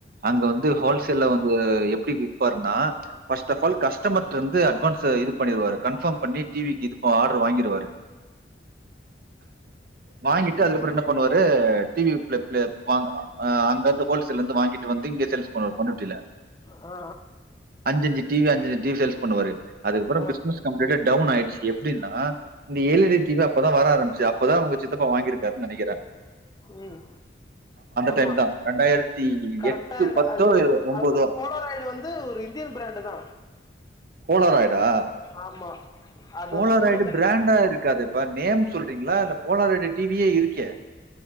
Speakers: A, on the right; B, on the left.
A: அங்க வந்து ஹோல்சேல்ல
B: ஆ
A: வந்து எப்டி விப் விப்பார்னா ஃபர்ஸ்ட் ஆப் ஆல் கஸ்டமர்ட இருந்து அட்வான்ஸ்ச இது பண்ணிருவாரு கன்ஃபாம் பண்ணி டி விக்கு இது ஆர்டரு வாங்கிருவாரு வாங்கிட்டு அதுக்கப்புறம் என்ன பண்ணுவாரு டி வி பிளே பிளே வாங்க ஆ அங்க இருந்து ஹோல்சேல்ல இருந்து வாங்கிட்டு வந்து இங்க சேல்ஸ் பண்ணுவாரு பண்ரூட்டில
B: ஆ
A: அஞ்சு அஞ்சு டி வி அஞ்சு அஞ்சு டி வி சேல்ஸ் பண்ணுவாரு அதுக்கப்றோ
B: ஆஹ்
A: பிசினஸ் கம்பிளிட்டா டவுன் ஆயிடுச்சு எப்டின்னா இந்த L E D T V அப்ப தா வர ஆரம்பிச்சது அப்ப தா உங்க சித்தப்பா வாங்கி இருக்கு காருனு நெனக்கிறே
B: ம் ஆமா
A: டைம் தான் ரெண்டாயிரத்தி
B: கரெக்டா
A: எட்டு
B: இல்ல
A: பத்தோ
B: அது
A: ஒன்பதோ
B: அதுவும் போலராய்டு வந்து ஒரு இந்தியன் பிராண்டு் தா
A: போலராயிடா
B: ஆமா அது
A: போலாராயிடு
B: வந்து சும்மா சைனால
A: பிராண்டா இருக்காதே பா நேம் சொல்றீங்களா அதுல போலாராயிடு டி வியே இருக்கே